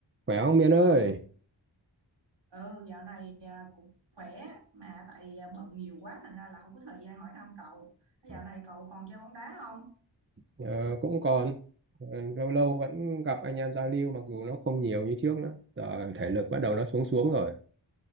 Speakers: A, on the right; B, on the right.
A: Khỏe không Miên ơi?
B: Ừ, dạo này à, cũng khỏe mà tại à, bận nhiều quá thành ra là không có thời gian hỏi thăm cậu. Thế
A: À,
B: Dạo này cậu còn chơi bóng đá không?
A: Ờ, cũng còn. Ờ, lâu lâu vẫn gặp anh em giao lưu mặc dù nó không nhiều như trước nữa. Giờ thể lực bắt đầu nó xuống xuống rồi.